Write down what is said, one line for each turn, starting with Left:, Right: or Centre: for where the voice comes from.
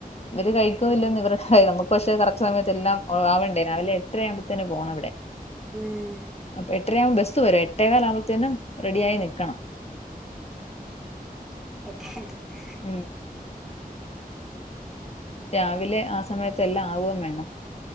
Left: ഇവര് കഴിക്കോ
Centre: ഉം
Left: ഇല്ലേന്ന് ഇവർക്കറിയാ നമുക്ക് പക്ഷെ കറക്റ്റ് സമയത്ത് ത്തെല്ലാം ആവണ്ടേ? രാവിലെ എട്ടരയാമ്പത്തിന് പോണവിടെ.
Centre: ഉം
Left: അപ്പോ എട്ടരയാവും ബസ് ത്തുവരെ. എട്ടേകാലാവുമ്പഴത്തേനും റെഡി ആയി നിക്കണം.
Centre: <unintelligible>
Left: ഉം രാവിലെ ആ സമയത്ത് എല്ലാം ആവു വേണം.